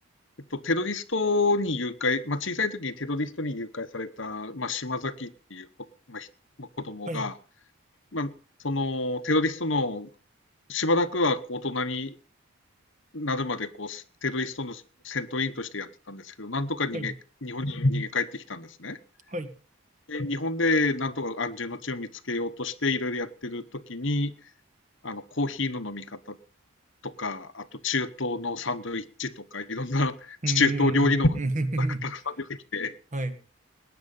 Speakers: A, on the left (about 60°); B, on the right (about 35°).
A: えっと、テロリストに誘拐、まあ、小さい時にテロリストに誘拐された、まあ、島崎っていう、こまあ、ひまあ子供が、
B: はい。
A: まあ、そのテロリストのしばらくはこう大人になるまでこうすテロリストの戦闘員としてやってたんですけど、なんとか逃げ、
B: はい。
A: 日本に逃げ帰ってきたんですね。
B: はい。
A: で、日本でなんとか安住の地を見つけようとしていろいろやってる時に、あのコーヒーの飲み方とか、あと中東のサンドイッチとか、いろんな中東料理のが
B: うーん。<laughs>
A: たくさん出てきて、
B: はい。